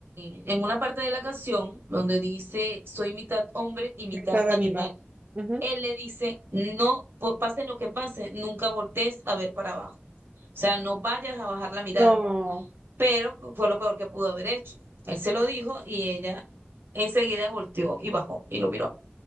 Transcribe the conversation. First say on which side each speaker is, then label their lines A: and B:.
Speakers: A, on the right; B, on the right.
A: eh, en una parte de la canción donde dice soy mitad hombre y mitad
B: Mitad
A: animal.
B: animal. Ujú.
A: Él le dice, no, po- pase lo que pase, nunca voltees a ver para abajo. O sea, no vayas a bajar la mirada.
B: No.
A: Pero fue lo peor que pudo haber hecho. Él se lo dijo y ella enseguida volteó y bajó y lo miró.